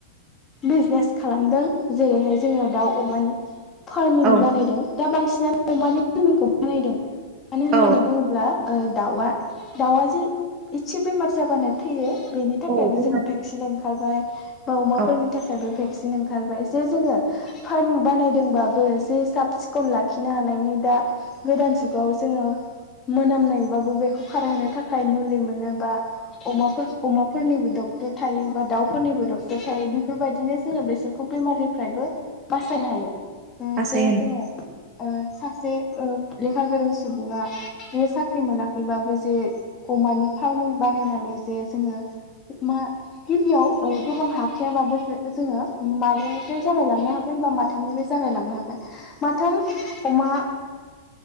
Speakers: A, on the left (about 20°); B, on the right (about 25°).
A: बिजनेस खालामदों जेरैहाय जोङो दाउ अमानि फार्मिं
B: औ
A: बानायदों दा बांसिनानो अमानि फार्मिंखौ बानायदों मानो होननानै
B: औ
A: बुङोब्ला ओ दाउआ दाउआ जे एसे बेमार जाबानो थैयो बेनि थाखायबो
B: औ
A: जोङो भेक्सिन ओंखारबाय बा अमाफोरनि
B: औ
A: नि थाखायबो भेक्सिन ओंखारबाय जे जोङो फार्म बानायदोंबाबो जे साब सिखन लाखिनो हानायनि दा गोदान जुगाव जोङो मोनामनायबाबो बेखौ खारहोनो थाखाय मुलि मोनो बा अमाफोर अमाफोरनिबो डक्टर थायो बा दाउफोरनिबो डक्टर थायो बेफोरबायदिनो जोङो बेसोर बेमारनिफ्रायबो बासायनो हायो
B: गासै
A: जे
B: होन
A: जोङो ओ सासे ओ लेखा गोरों सुबुङा बेयो साख्रि मोनाखैबाबो जे अमानि फार्मिं बानायनानै जे जोङो मा गिबियाव ओ गोबां हाखायाबाबो जोङो मानैनिफ्राय जागायलांनो हागोन बा माथा थामनिफ्राय जागाय लांनो हागोन माथाम अमा